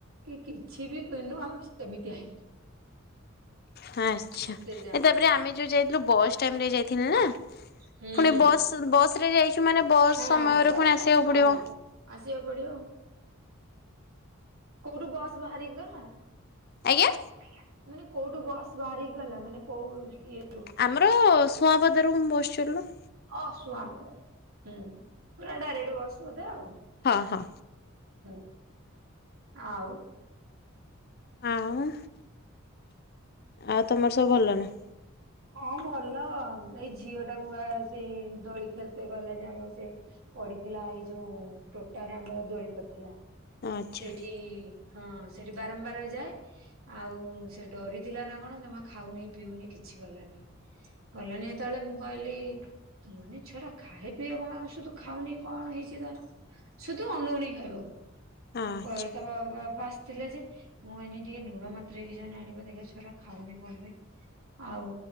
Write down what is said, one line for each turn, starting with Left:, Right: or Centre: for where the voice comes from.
Right: କିଛି ବି କିଣିନୁ ଆମେ ସେମିତି ଆଇଲୁ।
Left: ହଁ ଆଚ୍ଛା
Right: ଏତେ ଜାମ
Left: ତାପରେ
Right: ରେ।
Left: ଆମେ ଯୋଉ ଯାଇଥିଲୁ ବସ୍ ଟାଇମରେ ଯାଇଥିଲୁ ନା
Right: ହୁଁ
Left: ପୁଣି ବସ୍ ବସ୍ ରେ ଯାଇଛୁ ମାନେ ବସ୍
Right: ହଁ
Left: ସମୟରେ
Right: ବସ୍
Left: ପୁଣି
Right: ଟାଇମ
Left: ଆସିବାକୁ
Right: ହଁ।
Left: ପଡିବ।
Right: ଆସିବାକୁ ପଡିବ କୋଉଠୁ ବସ୍ ବାହାରିକି ଗଲା।
Left: ଆଜ୍ଞା
Right: ଆଜ୍ଞା ମାନେ କୋଉଠୁ ବସ୍ ବାହାରିକି ଗଲା ମାନେ କୋଉ ଇଏ
Left: ଆମର ସୁଆଁପଦାରୁ ମୁଁ ବସ୍ ଚଢିଲୁ।
Right: ହଁ ସୁଆଁପଦା ପୁରା ଡାଇରେକ୍ଟ ବସ୍ ବୋଧେ ଆଉ।
Left: ହଁ ହଁ।
Right: ହଁ ଆଉ।
Left: ହଁ ଆଉ ତମର ସବୁ ଭଲ ନା।
Right: ହଁ ଭଲ ଏଇ ଝିଅ ଟାକୁୁଆ ସେଇ ଦଳି ଖେଳିତେ ଗଲା ଯେ ଆମ ସେ ପଡିଥିଲା ଏଇ ଯୋଉ ଟୋଟାରେ ଆମର ଦୋଳି ପଡିଥିଲା
Left: ଆଚ୍ଛା
Right: ସେଇଠି ହଁ ସେଠି ବାରମ୍ବାର ଯାଏ ଆଉ ସେ ଡରିଥିଲା ନା କଣ ଜମା ଖାଉନି ପିଉନି କିଛି କିଛି ଗଲାନି କଲାନି ଯେତେବେଳେ ମୁଁ କହିଲି ମନେ ଛୁଆଟା ଖାଏ ପିଇ ଔଷଧ ଖାଉନି କଣ ହେଇଛି ତାର। ସୁଧୁ ଅନଉଣ ଖାଇବାକୁ
Left: ଆଚ୍ଛା
Right: ମୁଁ କହି ତା ବାପା ଆସିଥିଲେ ଯେ ମୁଁ ଏନି ଟିକେ ଲୁଣ ମନ୍ତୁରେଇ ଜାନି ଆଣିବ ଦେଖିବା ଛୁଆଟା ଖାଉନି କଣ ପାଇଁ। ଆଉ